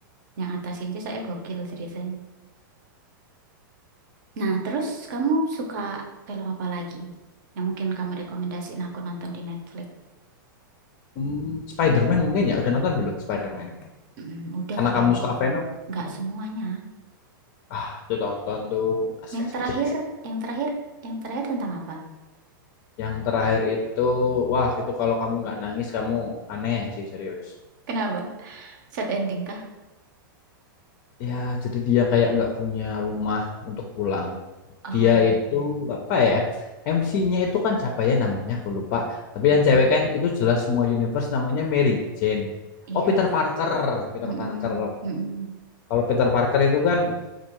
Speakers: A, on the right; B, on the left.
A: yang Atta Shinchi saya gokil ceritanya. Nah, terus kamu suka film apa lagi? Yang mungkin kamu rekomendasiin aku nonton di Netflix.
B: Hmm, Spider-Man mungkin ya udah nonton belum Spider-Man?
A: Mm, udah
B: Karena
A: tapi
B: kamu suka Venom.
A: semuanya.
B: Ah, itu tonton tuh asik
A: Yang
B: asik
A: terakhir,
B: asik asik.
A: yang terakhir, yang terakhir tentang apa?
B: Yang terakhir itu wah, itu kalau kamu nggak nangis kamu aneh sih serius.
A: Kenapa? Sad ending kah?
B: ya jadi dia kayak nggak punya rumah untuk pulang
A: Oh,
B: dia itu
A: ya.
B: apa ya MC-nya itu kan siapa ya namanya aku lupa tapi
A: Mm,
B: yang cewek kan itu jelas semua universe namanya Mary Jane
A: iya.
B: oh Peter Parker Peter
A: Mm-mm,
B: Parker
A: mm-mm.
B: kalau Peter Parker itu kan